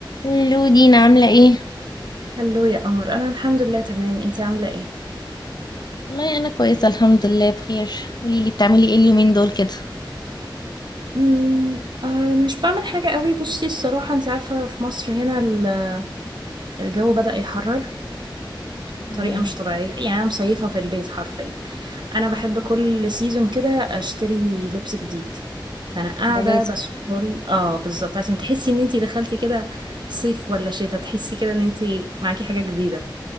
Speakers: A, on the left; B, on the right.
A: الو دينا عاملة ايه؟
B: هلو يا قمر انا الحمد لله تمام انتي عامله ايه
A: والله أنا كويسة الحمد لله بخير قوليلي بتعملي ايه اليومين دول كده؟
B: مم، آه مش بعمل حاجه قوي بصي الصراحه انتي عارفه في مصر هنا ال- الجو بدأ يحرر بطريقه
A: مم.
B: مش طبيعيه يعني انا مصيفه في البيت حرفيا انا بحب كل سيزون كده اشتري لبس جديد فانا قاعده
A: ده لازم
B: بسكرول اه بالظبط عشان تحسي ان انتي دخلتي كده صيف ولا شتاء تحسي كده ان انتي معاكي حاجه جديده